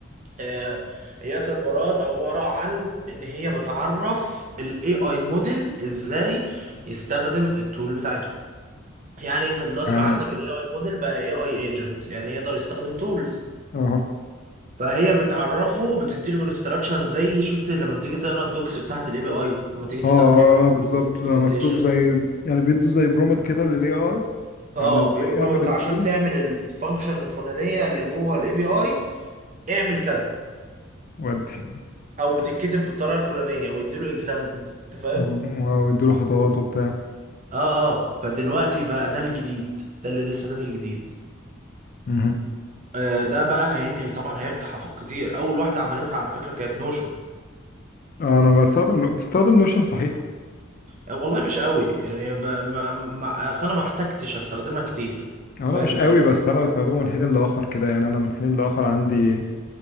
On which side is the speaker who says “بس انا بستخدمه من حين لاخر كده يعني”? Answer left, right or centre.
Left